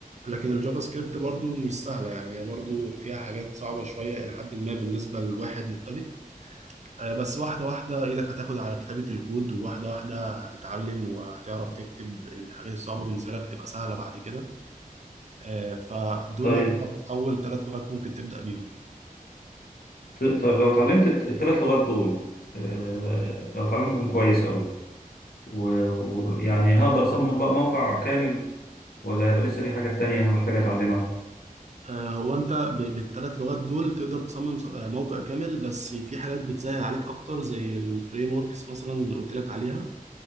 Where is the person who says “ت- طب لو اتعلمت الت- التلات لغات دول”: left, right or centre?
Left